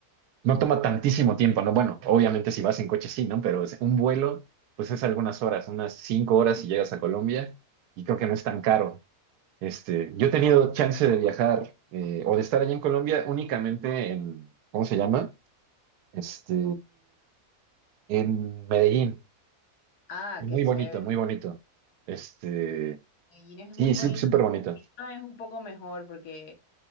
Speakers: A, on the right; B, on the left.
A: no toma tantísimo tiempo, ¿no? Bueno, obviamente si vas en coche sí, ¿no? Pero es- un vuelo, pues es algunas horas, unas cinco horas y llegas a Colombia y creo que no es tan caro. Este, yo he tenido chance de viajar eh, o de estar allí en Colombia únicamente en, ¿cómo se llama? Este, en Medellín.
B: Ah,
A: Y Muy
B: qué chévere.
A: bonito, muy bonito. Este,
B: sí. Medellín es
A: sí,
B: muy bonito.
A: sí, súper bonito.
B: Lima es un poco mejor porque